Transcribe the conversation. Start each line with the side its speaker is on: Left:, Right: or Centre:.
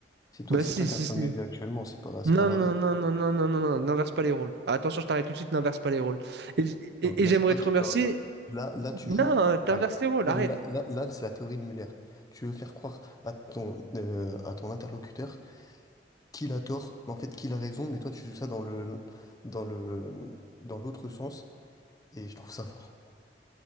Left: C'est toi,
Right: Bah
Left: c'est
Right: si,
Left: toi
Right: si,
Left: qui es en train
Right: si.
Left: de m'aider actuellement, c'est pas, c'est
Right: Non,
Left: pas l'inverse.
Right: non, non, non, non, non, non, non, n'inverse pas les rôles. Attention, je t'arrête tout de suite, n'inverse pas les rôles. Et, j- et-
Left: Là,
Right: et j'aimerais
Left: c'est toi
Right: te
Left: qui
Right: remercier.
Left: vas- Là, là, tu
Right: Non,
Left: joues.
Right: t'inverses
Left: la-
Right: les rôles,
Left: Non,
Right: arrête.
Left: mais là, là, là, c'est la théorie de Muller. Tu veux faire croire à ton, euh, à ton interlocuteur qu'il a tort, mais en fait qu'il a raison, mais toi, tu joues ça dans le, dans le, dans l'autre sens, et je trouve ça fort.